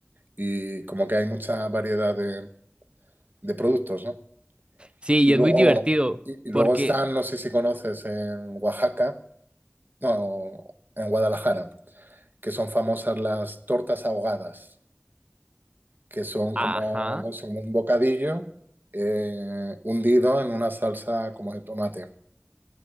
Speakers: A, on the right; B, on the right.
A: Y como que hay mucha variedad de, de productos, ¿no?
B: Sí,
A: Y
B: y
A: luego,
B: es muy divertido
A: y, y luego
B: porque,
A: están, no sé si conoces, en Oaxaca, no, en Guadalajara, que son famosas las tortas ahogadas, que son
B: ajá.
A: como, no sé, como un bocadillo eh, hundido en una salsa como de tomate.